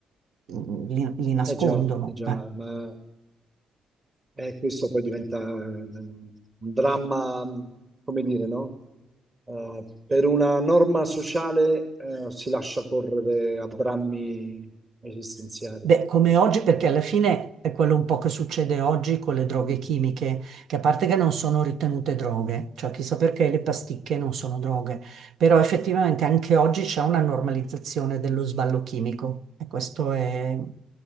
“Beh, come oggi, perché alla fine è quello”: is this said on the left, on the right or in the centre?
Right